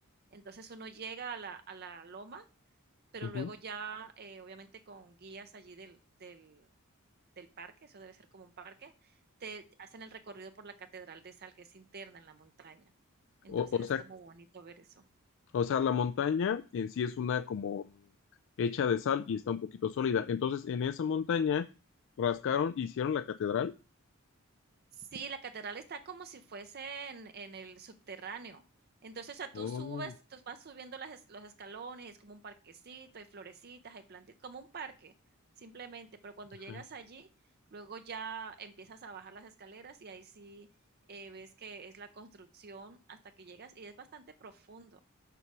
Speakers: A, on the right; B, on the left.
A: Entonces uno llega a la, a la loma pero
B: ujú.
A: luego ya, eh, obviamente, con guías allí del del del parque, eso debe ser como un parque, te hacen el recorrido por la catedral de sal, que es interna en la montaña. Entonces,
B: O, o
A: es
B: sea,
A: como bonito ver eso.
B: o sea, la montaña en sí es una como hecha de sal y está un poquito sólida. Entonces, en esa montaña rascaron, hicieron la catedral
A: Sí, la catedral está como si fuese en, en el subterráneo. Entonces, o sea, tú
B: Oh,
A: subes, tú vas subiendo las es- los escalones, es como un parquecito, hay florecitas, hay plantitas, como un parque, simplemente. Pero cuando
B: ajá.
A: llegas allí, luego ya empiezas a bajar las escaleras y ahí sí eh, ves que es la construcción hasta que llegas y es bastante profundo.